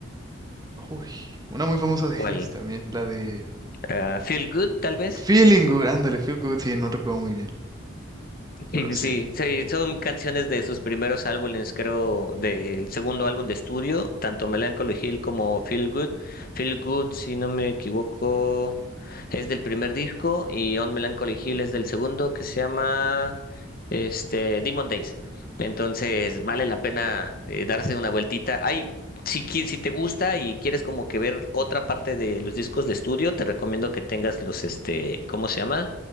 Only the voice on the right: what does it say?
Uy, una muy famosa de
ellos también, la de...
Feeling good, ándale, feel good, sí, no recuerdo muy bien,
pero sí,